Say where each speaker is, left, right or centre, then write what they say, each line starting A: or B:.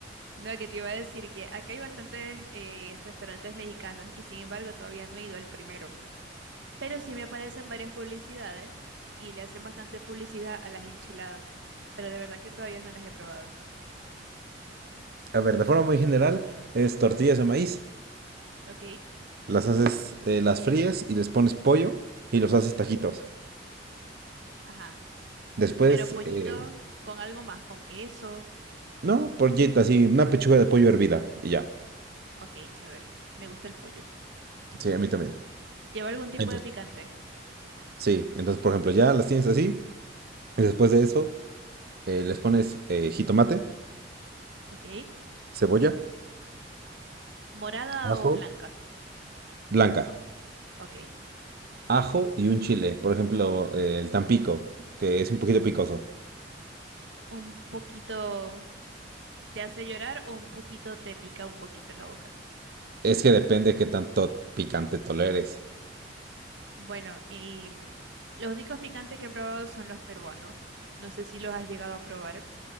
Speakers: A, on the right; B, on the right.
A: No, que te iba a decir que acá hay bastantes eh, restaurantes mexicanos y sin embargo todavía no he ido al primero. Pero sí me aparecen varias publicidades y le hacen bastante publicidad a las enchiladas. Pero de verdad que todavía no las he probado.
B: <laughs> A ver, de forma muy general, es tortillas de maíz.
A: ¿Ok?
B: Las haces, eh, las fríes y les pones pollo y los haces tajitos.
A: Ajá.
B: Después,
A: Pero pollito
B: eh,
A: con algo más, con queso.
B: no, pollito, así, una pechuga de pollo hervida y ya.
A: Ok, chévere. Me gusta el pollo.
B: Sí, a mí también.
A: ¿Lleva algún tipo
B: Entonces,
A: de picante?
B: sí, entonces, por ejemplo, ya las tienes así y después
A: Ajá.
B: de eso... Eh, les pones eh, jitomate,
A: Ok.
B: cebolla
A: ¿Morada
B: Ajo.
A: o blanca?
B: blanca,
A: Ok.
B: ajo y un chile. Por ejemplo, eh, el tampico, que es un poquito picoso.
A: ¿Un poquito te hace llorar o un poquito te pica un poquito en la boca?
B: Es que depende qué tanto picante toleres.
A: Bueno, y mm, los únicos picantes que he probado son los peruanos. No sé si los has llegado a probar.